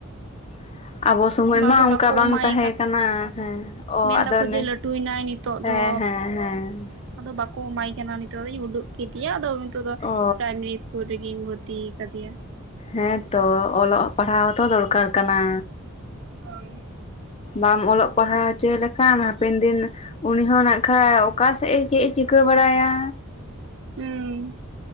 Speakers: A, on the left (about 30°); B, on the right (about 60°).
A: <inaudible> ᱟᱵᱚ ᱥᱚᱢᱚᱭ ᱢᱟ
B: ᱟᱫᱚ
A: ᱚᱝᱠᱟ
B: ᱵᱟᱠᱚ
A: ᱵᱟᱝ
B: ᱮᱢᱟᱭ
A: ᱛᱟᱦᱮᱸ ᱠᱟᱱᱟ ᱦᱮᱸ ᱚ
B: ᱢᱮᱱ
A: ᱟᱫᱚ
B: ᱫᱟᱠᱚ
A: ᱚᱱᱮ
B: ᱡᱮ ᱞᱟᱹᱴᱩᱭᱮᱱᱟᱭ ᱱᱤᱛᱚᱜ
A: ᱦᱮᱸ
B: ᱫᱚ
A: ᱦᱮᱸ ᱦᱮᱸ ᱾
B: ᱟᱫᱚ ᱵᱟᱠᱚ ᱮᱢᱟᱭ ᱠᱟᱱᱟ ᱱᱤᱛᱚᱜ ᱫᱩᱧ ᱩᱰᱩᱜ ᱠᱮᱫᱮᱭᱟ ᱟᱫᱚ ᱱᱤᱛᱚᱜ ᱫᱚ
A: ᱚ
B: ᱯᱨᱟᱭᱢᱟᱨᱤ ᱤᱥ ᱠᱩᱞ ᱨᱤᱜᱤᱧ ᱵᱷᱩᱨᱛᱤ ᱭᱟᱠᱟ ᱫᱮᱭᱟ᱾
A: ᱦᱮᱸᱛᱚ ᱚᱞᱚᱜ ᱯᱟᱲᱦᱟᱣ ᱦᱚᱸᱛᱚ ᱫᱚᱨᱠᱟᱨ ᱠᱟᱱᱟ᱾
B: ᱦᱚᱭ ᱾
A: ᱵᱟᱢ ᱚᱞᱚᱜ ᱯᱟᱲᱦᱟᱣ ᱦᱚᱪᱚᱭ ᱞᱮᱠᱷᱟᱱ ᱦᱟᱯᱮᱱ ᱫᱤᱱ ᱩᱱᱤ ᱦᱚᱸ ᱱᱟᱠᱷᱟᱡ ᱚᱠᱟ ᱥᱮᱜ ᱮ ᱪᱮᱫ ᱮ ᱪᱤᱠᱟᱹ ᱵᱟᱲᱟᱭᱟ?
B: ᱦᱩᱸ